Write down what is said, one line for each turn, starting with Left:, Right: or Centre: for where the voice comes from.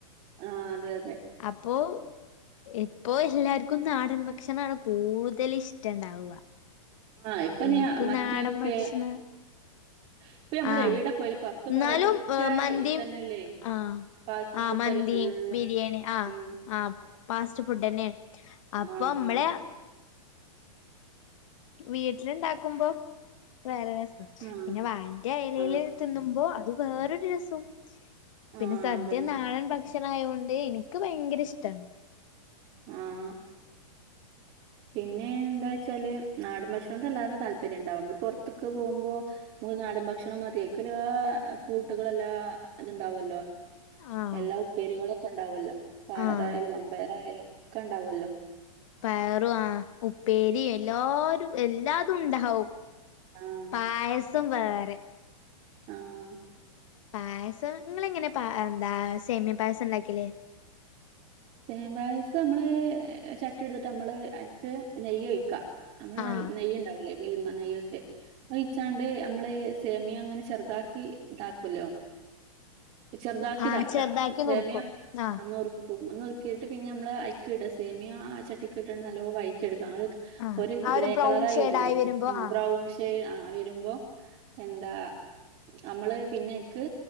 Right: ആഹ് അതെ അതെ.
Left: അപ്പോ ഇപ്പോ എല്ലാർക്കും നാടൻ ഭക്ഷണം ആണ് കൂടുതൽ ഇഷ്ടണ്ടാവ.
Right: ആ ഇപ്പൊ
Left: എനിക്കും
Right: ഞാൻ മറ്റൊക്കെ
Left: നാടൻ ഭക്ഷണം
Right: ഇപ്പൊ നമ്മൾ
Left: ആഹ്
Right: എവിടെ പോയാലും പുറത്ത്
Left: എന്നാലും
Right: പോയാലും ഒക്കെ
Left: മന്തിയും
Right: ഇതന്നെയല്ലേ
Left: ആഹ്
Right: ഫാസ്റ്റ്
Left: ആഹ്
Right: ഫുഡ്
Left: മന്തീം
Right: അല്ലേ ഫുള്ള്
Left: ബിരിയാണി ആഹ്
Right: ഉം
Left: ആഹ് ഫാസ്റ്റ് ഫുഡ് തന്നെയാണ് അപ്പൊ
Right: ആഹ്
Left: നമ്മള്
Right: ആഹ്
Left: വീട്ടില് ഇണ്ടാക്കുമ്പോ വേറെ രസം
Right: ആഹ്
Left: പിന്നെ വായന്റെ എലേല്
Right: ആഹ്
Left: തിന്നുമ്പോ അത് വേറൊരു രസം പിന്നെ
Right: ആഹ്
Left: സദ്യ
Right: അതന്നെ
Left: നാടൻ ഭ ഭക്ഷണായോണ്ട് എനിക്ക് ഭയങ്കര ഇഷ്ടാണ്.
Right: ആഹ് പിന്നെ എന്താ വെച്ചാല് നാടൻ ഭക്ഷണൊക്കെ എല്ലാവർക്കും താല്പര്യം ഇണ്ടാവും നമ്മള് പൊറത്ത്ക്ക്‌ പോകുമ്പോ മോൻ നാടൻ ഭക്ഷണം മതി അയ്ക്ക്ള്ള കൂട്ടുകളെല്ലാം ഇത്ണ്ടാവൊല്ലോ
Left: ആഹ്
Right: എല്ലാ ഉപ്പേരികളൊക്കെ ഉണ്ടാവല്ലോ പയറായാലും
Left: ആഹ്
Right: മൻപയറായാലും ഒക്കെ ഉണ്ടാവല്ലോ.
Left: പയറു ആഹ് ഉപ്പേരിം എല്ലാരും എല്ലാതും ഉണ്ടാവും.
Right: ആഹ്
Left: പായസം വേറെ
Right: ആഹ്
Left: പായസം നിങ്ങള് എങ്ങനെ പാ എന്താ സെമിയ പായസം ഇണ്ടാക്കല്?
Right: സേമിയ പായസം നമ്മള് ചട്ട് ട്ടി എടുത്തിട്ട് നമ്മള് അയ്ക്ക് നെയ്യ് ഒഴിക്കാ നമ്മള്
Left: ആഹ്
Right: നല്ല നെയ്യ് ഉണ്ടാവുംല്ലേ മിൽമ നെയ്യൊക്കെ ട്ട്- ഒഴിച്ചാണ്ട് നമ്മള് സേമിയം അങ്ങനെ ചെറുതാക്കി ഇതാക്കൊല്ലോ ചെറുതാക്കി
Left: ആഹ്
Right: ഇതാക്കാ
Left: ചെറുതാക്കി
Right: സേമിയം
Left: നുറുക്കും ആഹ്
Right: ന്നുർ നുറുക്കിട്ട് പിന്നെ നമ്മള് അയ്ക്ക് ഇട സേമിയം ആ ചട്ടിക്ക് ഇട്ട് ന്നല്ലോം വയറ്റി എടുക്ക അങ്ങനൊ-
Left: ആഹ്
Right: ഒരു
Left: ആ
Right: ഗ്രേ
Left: ബ്രൗൺ
Right: കളർ ആയി
Left: ഷെയ്ഡായി
Right: വരൊല്ലോ
Left: വരുമ്പോ ആഹ്
Right: ബ്രൗൺ ശ് ആ വരുമ്പൊ എന്താ നമ്മള് പിനെ അയ്ക്ക്